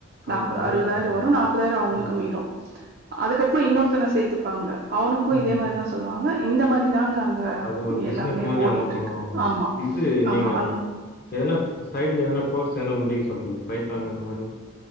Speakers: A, on the right (about 45°); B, on the left (about 45°).
A: நாப்
B: ஆமா அதுவும்
A: அறுபதாயிரம்
B: கரெக்ட் தான் சொல்லுவாங்க.
A: வரும் நாப்பதாயிரம் அவுங்களுக்கு
B: ம்
A: மீறும் அதுக்கப்பறம் இன்னொருத்தன சேத்துப்பாங்க அவனுக்கும் இதே
B: ம்
A: மாரிதான் சொல்லுவாங்க இந்த மாரி தாங்க அங்க
B: அது ஒரு பிசினஸ்
A: எல்லாமே
B: மாரி
A: ஓடிட்ருக்கு.
B: அவுங்க பண்ணுவாங்க
A: ஆமா,
B: இது
A: ஆமா.
B: நீங்க
A: அந்
B: எதனா சைட்ல எதனா கோர்ஸ் என்ன முடிக் சொல்ற பைத்தாங்க அந்த மாரி